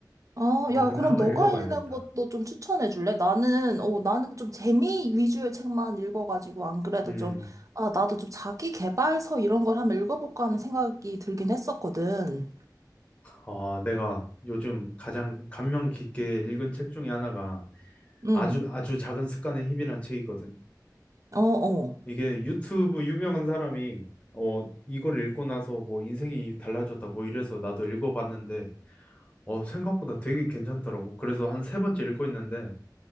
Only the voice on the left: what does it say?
어,
근데
한번
읽어봐야겠다.
음.
어, 내가 요즘 가장 감명 깊게 읽은 책 중에 하나가
아주 아주 작은 습관의 힘이란 책이거든.
이게 유튜브 유명한 사람이 어, 이걸 읽고 나서 뭐 인생이 달라졌다 뭐 이래서 나도 읽어봤는데 어, 생각보다 되게 괜찮더라고. 그래서 한 세 번째 읽고 있는데